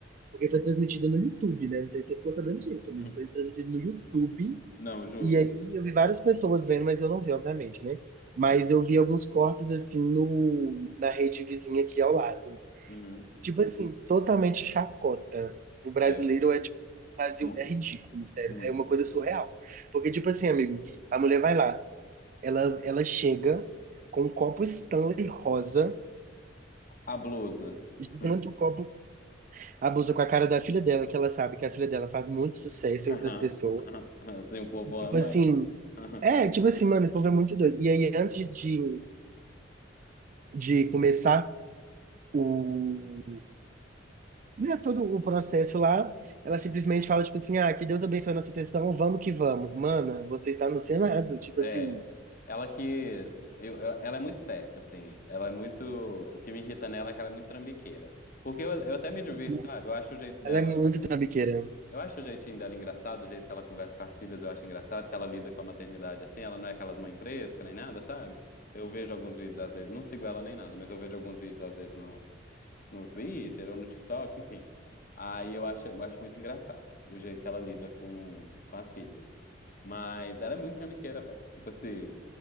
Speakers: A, on the right; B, on the left.
A: Porque foi transmitido no YouTube, né? Não sei se você ficou sabendo disso, amigo.
B: <laughs>
A: Foi transmitido no YouTube.
B: Não, juro.
A: E aí eu vi várias pessoas vendo, mas eu não vi, obviamente, né? Mas
B: Aham,
A: eu vi alguns cortes, assim, no... na rede vizinha aqui ao lado.
B: Uhum.
A: Tipo assim, totalmente chacota. O brasileiro
B: Velho,
A: é, tipo... o Brasil
B: muito,
A: é ridículo, sério.
B: muito.
A: É uma coisa surreal. Porque, tipo assim, amigo, a mulher vai lá. Ela, ela chega com um copo Stanley rosa,
B: A blusa.
A: gigante
B: Hum.
A: um copo, abusa com a cara da filha dela, que ela sabe que a filha dela faz muito sucesso
B: <laughs> Aham,
A: entre as pessoas.
B: Assim, o povo
A: E tipo
B: ama
A: assim,
B: Aham.
A: é, tipo assim, mano, esse povo é muito doido. E aí, antes de, de de começar o, né, todo o processo lá, ela simplesmente fala, tipo assim, ah, que Deus abençoe a nossa sessão, vamos que vamos. Mana, você está no Senado, tipo
B: É.
A: assim,
B: Ela quis. eu- eu- ela é muito esperta, assim. Ela é muito. O que me irrita nela é que ela é muito trambiqueira. Porque eu, eu até me divirto,
A: né?
B: sabe? Eu acho o jeito dela.
A: ela é muito trambiqueira.
B: Eu acho o jeitinho dela engraçado, o jeito que ela conversa com as filhas, eu acho engraçado, que ela lida com a maternidade assim. Ela não é aquelas mães frescas nem nada, sabe? Eu vejo alguns vídeos, às vezes. Não sigo ela nem nada, mas eu vejo alguns vídeos, às vezes, no, no Twitter ou no TikTok, enfim. Aí eu acho, eu acho muito engraçado o jeito que ela lida com, com as filhas. Mas ela é muito trambiqueira, velho. Tipo assim,